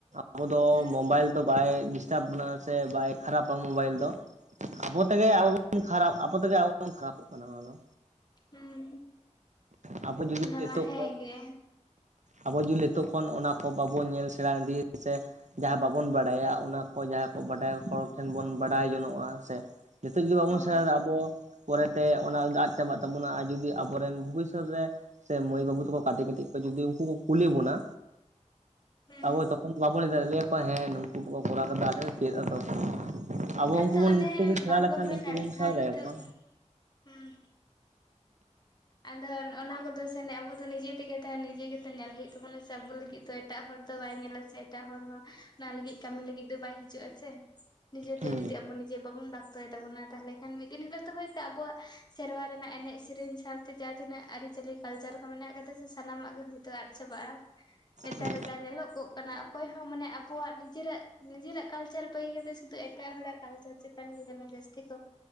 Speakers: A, on the right (about 70°); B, on the left (about 35°).
A: ᱟᱵᱚ ᱫᱚ
B: ᱦᱩᱸ
A: ᱢᱳᱵᱟᱭᱤᱞ ᱫᱚ ᱵᱟᱭ ᱰᱤᱥᱴᱟᱵ ᱵᱚᱱᱟ ᱥᱮ ᱵᱟᱭ ᱠᱷᱟᱨᱟᱯᱟ ᱢᱳᱵᱟᱭᱤᱞ ᱫᱚ ᱟᱵᱚ ᱛᱮᱜᱮ
B: ᱦᱮᱸ
A: ᱟᱵᱚ ᱵᱚᱱ ᱠᱷᱟᱨᱟᱯ ᱟᱵᱚ ᱛᱮᱜᱮ ᱟᱵᱚ ᱵᱚᱱ ᱠᱷᱟᱨᱟᱯᱚᱜ ᱠᱟᱱᱟ ᱚᱱᱟ᱾ ᱫᱚ
B: ᱦᱩᱸ
A: <unintelligible> ᱟᱵᱚ ᱡᱩᱫᱤ
B: ᱚᱱᱟ
A: ᱱᱮᱛᱚ
B: ᱢᱟ ᱦᱮᱸ
A: ᱠᱚᱢ
B: ᱜᱮ
A: ᱟᱵᱚ ᱡᱩᱫᱤ <unintelligible> ᱱᱤᱛᱚᱜ ᱠᱷᱚᱱ ᱚᱱᱟ ᱠᱚ ᱵᱟᱵᱚᱱ ᱧᱮᱞ ᱥᱮᱬᱟ ᱤᱫᱤᱭᱟ ᱥᱮ ᱡᱟᱦᱟᱸᱭ ᱵᱟᱵᱚᱱ ᱵᱟᱲᱟᱭᱟ ᱚᱱᱟ ᱠᱚ ᱡᱟᱦᱟᱸᱭ ᱠᱚ ᱵᱟᱰᱟᱭ ᱦᱚᱲ ᱴᱷᱮᱱ ᱵᱚᱱ ᱵᱟᱰᱟᱭ ᱡᱚᱱᱚᱜᱼᱟ ᱦᱮᱸ ᱥᱮ ᱦᱤᱛᱚᱜ ᱜᱤ ᱵᱟᱵᱚᱱ
B: ᱦᱳᱭ
A: ᱥᱮᱬᱟᱭᱫᱟ ᱟᱵᱚ ᱯᱚᱨᱮᱛᱮ ᱚᱱᱟ ᱫᱚ ᱟᱫ ᱪᱟᱵᱟᱜ ᱛᱟᱵᱚᱱᱟ ᱡᱩᱫᱤ ᱟᱵᱚᱨᱮᱱ ᱵᱷᱚᱵᱤᱥᱥᱚᱛ ᱨᱮ ᱥᱮ ᱢᱟᱹᱭ ᱵᱟᱹᱵᱩ ᱛᱟᱠᱚ ᱠᱟᱹᱴᱤᱡ ᱠᱟᱹᱴᱤᱡ ᱠᱚ ᱡᱚᱫᱤ ᱩᱱᱠᱩ ᱠᱚ ᱠᱩᱞᱤ ᱵᱚᱱᱟ
B: ᱦᱩᱸ
A: ᱟᱵᱚ ᱛᱚᱠᱷᱚᱱ ᱵᱟᱵᱚᱱ ᱞᱟᱹᱭ ᱫᱟᱲᱮᱜᱼᱟ᱾ ᱞᱮᱭᱟᱠᱚᱣᱟ ᱦᱮᱸ ᱱᱩᱠᱩ ᱠᱚᱠᱚ ᱠᱚᱨᱟᱣ ᱠᱟᱫᱟ ᱟᱞᱮ ᱪᱮᱫ ᱟᱫᱚ ᱟᱵᱚ ᱩᱱᱠᱩ
B: ᱟᱫᱚ
A: ᱵᱚᱱ
B: ᱚᱱᱮ
A: ᱥᱮᱬᱟ
B: ᱵᱟᱝᱠᱚ
A: ᱞᱮᱠᱷᱟᱱ
B: ᱢᱮᱱᱟ
A: ᱱᱩᱠᱩ ᱵᱚᱱ
B: ᱡᱟᱦᱟᱸ
A: ᱥᱮᱬᱟ ᱫᱟᱲᱮᱭᱟ
B: ᱱᱤᱛᱚᱜ
A: ᱠᱟᱣᱟ
B: ᱦᱩᱸ ᱟᱫᱚ ᱚᱱᱟ ᱠᱚᱫᱚ ᱥᱮᱱ ᱟᱵᱚ ᱫᱚ ᱱᱤᱡᱮ ᱛᱮᱜᱮ ᱛᱚ ᱱᱤᱡᱮ ᱜᱮᱛᱚ ᱧᱮᱞ ᱦᱩᱭᱩᱜ ᱛᱟᱵᱚᱱᱟ᱾ ᱥᱮ ᱟᱵᱚ ᱞᱟᱹᱜᱤᱫ ᱠᱤᱱᱛᱩ ᱮᱴᱟᱜ ᱦᱚᱲ ᱫᱚ ᱵᱟᱭ ᱧᱮᱞᱟ ᱥᱮ ᱮᱴᱟᱜ ᱦᱚᱲ ᱦᱚᱸ ᱚᱱᱟ ᱞᱟᱹᱜᱤᱫ ᱠᱟᱹᱢᱤ ᱞᱟᱹᱜᱤᱫ ᱫᱚ ᱵᱟᱭ ᱦᱤᱡᱩᱜᱼᱟ ᱥᱮ ᱱᱤᱡᱮᱛᱮ
A: ᱦᱩᱸ
B: ᱡᱩᱫᱤ ᱟᱵᱚ ᱱᱤᱡᱮ ᱵᱟᱵᱚᱱ ᱵᱟᱥ ᱫᱚᱭ ᱛᱟᱵᱚᱱᱟ ᱛᱟᱦᱚᱞᱮ ᱠᱷᱟᱱ ᱢᱤᱫ ᱫᱤᱱ ᱦᱤᱞᱳᱜ ᱫᱚ ᱦᱳᱭᱛᱳ ᱟᱵᱚᱣᱟᱜ ᱥᱮᱨᱣᱟ ᱨᱮᱱᱟᱜ ᱮᱱᱮᱡ ᱥᱮᱨᱮᱧ ᱥᱟᱶ ᱡᱟᱦᱟᱸ ᱛᱤᱱᱟᱹᱜ ᱟᱹᱨᱤᱪᱟᱹᱞᱤ ᱠᱟᱞᱪᱟᱨ ᱠᱚ ᱢᱮᱱᱟᱜ ᱠᱟᱫᱟ ᱥᱮ ᱥᱟᱱᱟᱢᱟᱜ ᱜᱮ ᱦᱳᱭᱛᱳ ᱟᱫ ᱪᱟᱵᱟᱜᱼᱟ᱾ ᱱᱮᱛᱟᱨ
A: ᱦᱩᱸ
B: ᱨᱮ ᱡᱟ ᱧᱮᱞᱚᱜᱚᱜ ᱠᱟᱱᱟ᱾ ᱚᱠᱚᱭ ᱦᱚᱸ ᱢᱟᱱᱮ ᱟᱠᱚᱣᱟᱜ ᱱᱤᱡᱮᱨᱟᱜ ᱱᱤᱡᱮᱨᱟᱜ ᱠᱟᱞᱪᱟᱨ ᱵᱟᱹᱜᱤ ᱠᱟᱛᱮ ᱥᱩᱫᱷᱩ ᱮᱴᱟᱜ ᱦᱚᱲᱟᱜ ᱠᱟᱞᱪᱟᱨ ᱪᱮᱛ ᱪᱮᱛᱟᱱ ᱜᱮ ᱡᱮᱱᱚ ᱡᱟᱹᱥᱛᱤ